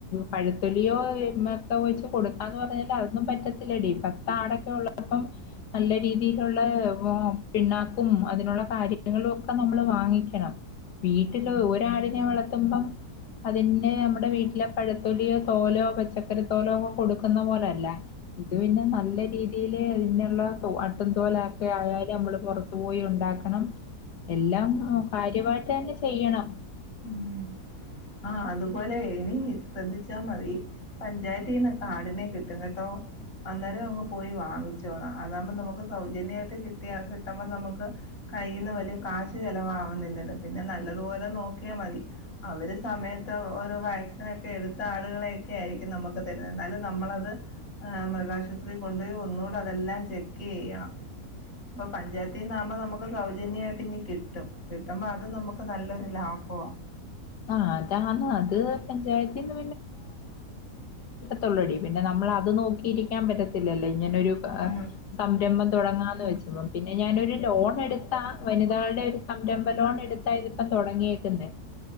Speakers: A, on the left; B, on the left.
A: പഴത്തൊലിയോ <unintelligible> കൊടുക്കാന്ന് പറഞ്ഞാൽ അതൊന്നും പറ്റത്തില്ലടി പത്ത് ആടൊക്കെ ഉള്ളപ്പം നല്ല രീതിയിലുള്ള പിണ്ണാക്കും അതിനുള്ള കാര്യങ്ങളും ഒക്കെ നമ്മൾ വാങ്ങിക്കണം വീട്ടിലോ ഒരാടിനെ വളർത്തുമ്പം അതിന്റെ പിന്നെ അമ്മടെ വീട്ടിലെ പഴത്തൊലിയോ തോലോ പച്ചക്കറി തോലോ ഒക്കെ കൊടുക്കുന്ന പോലല്ല ഇത് പിന്നെ നല്ല രീതിൽ ഇതിനുള്ള അട്ടുംതോല ഒക്കെ ആയല് നമ്മള് പുറത്തു പോയി ഉണ്ടാക്കണം എല്ലാം കാര്യമായിട്ട് തന്നെ ചെയ്യണം
B: ഉം. ആ അതുപോലെ ഇനി ശ്രദ്ധിച്ചാൽ മതി പഞ്ചായത്തിന്നു ഓക്കെ ആടിനെ കിട്ടും കേട്ടോ അന്നേരം അങ്ങ് പോയി വാങ്ങിച്ചോണം അതാകുമ്പോൾ നമുക്ക് സൗജന്യമായിട്ട് കിട്ടിയ കിട്ടുമ്പോൾ നമുക്ക് കൈന്ന് വലിയ കാശ് ചെലവാവുന്നില്ലല്ലോ പിന്നെ നല്ലതുപോലെ നോക്കിയാ മതി അവര് സമയത്ത് ഓരോ വാക്സിന ഒക്കെ എടുത്ത ആളുകളെയൊക്കെ ആയിരിക്കും നമക്ക് അതെ <unintelligible> എന്നാലും നമ്മളത് മൃഗാശുപത്രി കൊണ്ടുപോയി ഒന്നൂടെ അതെല്ലാം ചെക്ക് ചെയ്യണം. പ്പ പഞ്ചായത്തീന്നാമ്പോ നമുക്ക് സൗജന്യമായിട്ട് ഇനി കിട്ടും. കിട്ടുമ്പോ അത് നമുക്ക് നല്ലൊരു ലാഭവ
A: ആഹ് അതാണ് അത് പഞ്ചായത്തിന്ന് തൊള്ളൂടി പിന്നെ നമ്മള അത് നോക്കിയിരിക്കാൻ പറ്റത്തില്ലല്ലോ ഇഞനൊരു
B: ആ ആ
A: സംരംഭം തുടങ്ങാന്ന് വെച്ച പിന്നെ ഞാനൊരു ലോൺ എടുത്താ വനിതകളുടെ ഒരു സംരംഭം ലോൺ എടുത്താ ഇതിപ്പം തുടങ്ങിയക്കുന്നത്